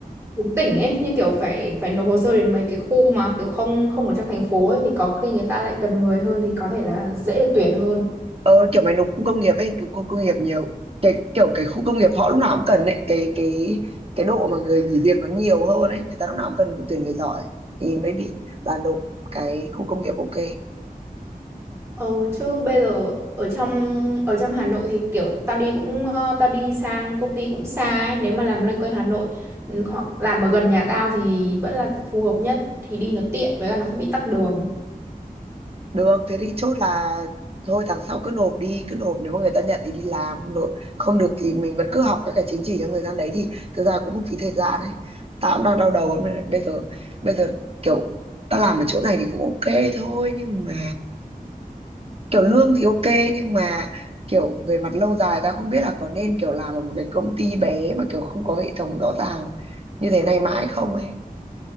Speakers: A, on the right; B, on the right.
A: cũng tỉnh ấy như kiểu phải phải nộp hồ sơ đến mấy cái khu mà kiểu không không ở trong thành phố ấy thì có khi người ta lại cần người hơn thì có thể là dễ được tuyển hơn
B: ừ kiểu mày nộp khu công nghiệp ấy nộp khu công nghiệp nhiều cái kiểu cái khu công nghiệp họ lúc nào cũng cần ấy cái cái cái độ mà người nghỉ việc nó nhiều hơn ấy người ta lúc nào cũng cần tuyển người giỏi thì maybe là nộp cái khu công nghiệp ok
A: Ừ, chứ bây giờ ở trong ở trong Hà Nội thì kiểu tao đi cũng ờ, tao đi sang công ty cũng xa ấy. Nếu mà làm loanh quanh Hà Nội ừ, hoặc làm ở gần nhà tao thì vẫn là phù hợp nhất thì đi nó tiện với cả nó không bị tắc đường.
B: Được, thế thì chốt là thôi tháng sau cứ nộp đi, cứ nộp nếu mà người ta nhận thì đi làm, không nộp không được thì mình vẫn cứ học các cái chứng chỉ trong thời gian đấy thì thực ra cũng không phí thời gian ấy. Tao cũng đang đau đầu lắm này. Bây giờ bây giờ kiểu tao làm ở chỗ này thì cũng ok thôi nhưng mà kiểu lương thì ok nhưng mà kiểu về mặt lâu dài tao không biết là có nên kiểu làm ở một cái công ty bé mà kiểu không có hệ thống rõ ràng như thế này mãi không ấy.